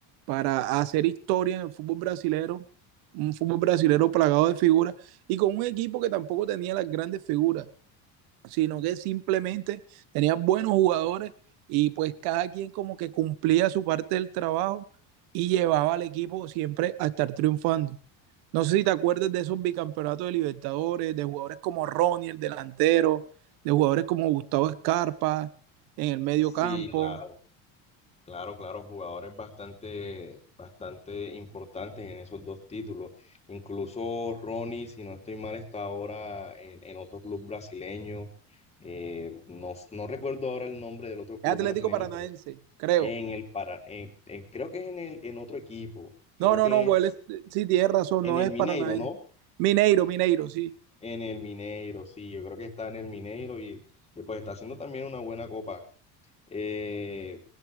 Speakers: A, on the right; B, on the left.
A: para hacer historia en el fútbol brasilero, un fútbol brasilero plagado de figuras y con un equipo que tampoco tenía las grandes figuras, sino que simplemente tenía buenos jugadores y pues cada quien como que cumplía su parte del trabajo y llevaba al equipo siempre a estar triunfando. No sé si te acuerdas de esos bicampeonatos de Libertadores, de jugadores como Ronnie, el delantero, de jugadores como Gustavo Escarpa en el medio
B: Sí,
A: campo.
B: claro, claro, claro, jugadores bastante, bastante importantes en esos dos títulos. Incluso Ronnie, si no estoy mal, está ahora en, en otro club brasileño. Eh, no, no recuerdo ahora el nombre del otro club
A: Es Atlético
B: brasileño,
A: Paranaense,
B: pero
A: creo.
B: en el para, en- en- creo que es en el, en otro equipo. Creo
A: No, no,
B: que
A: no, pues
B: es
A: él es- sí, tienes razón,
B: en
A: no
B: el
A: es
B: Mineiro,
A: Paranaense.
B: ¿no?
A: Mineiro, Mineiro, sí.
B: En el Mineiro, sí, yo creo que está en el Mineiro y, y pues está haciendo también una buena copa. Eh,